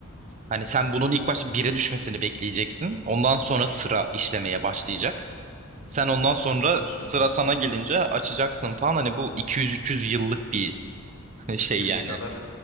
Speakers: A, on the right; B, on the left.
A: Hani sen bunun ilk başta bire düşmesini bekleyeceksin. Ondan sonra sıra işlemeye başlayacak. Sen ondan
B: Sıkıntıymış
A: sonra sıra
B: yani.
A: sana gelince açacaksın falan. Hani bu 200-300 yıllık bir <laughs> şey
B: İstediğin
A: yani.
B: kadar